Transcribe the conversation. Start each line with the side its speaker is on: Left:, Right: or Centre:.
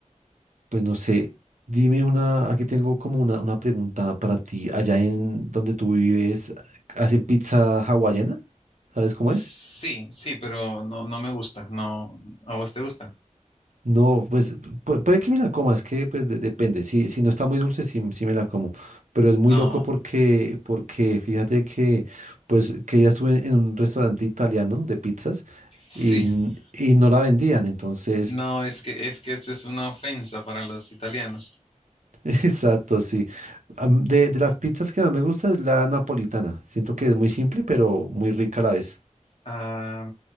Right: pues no sé, dime una, aquí tengo como una, una pregunta para ti. Allá en donde tú vives, ¿hacen pizza hawaiana? ¿Sabes cómo
Left: Sí,
Right: es?
Left: sí, pero no, no me gusta. No, ¿a vos te gusta?
Right: No, pues pu- puede que me la coma, es que pues de- depende. Si, si no está muy dulce, sí, sí me la como. Pero es muy
Left: No.
Right: loco porque, porque fíjate que pues que ya estuve en un restaurante italiano de pizzas
Left: Sí,
Right: y, n- y no la vendían. Entonces,
Left: no, es que es que esto es una ofensa para los italianos.
Right: <laughs> exacto, sí. Am- De, de las pizzas que más me gusta es la napolitana. Siento que es muy simple, pero muy rica a la vez.
Left: Ah,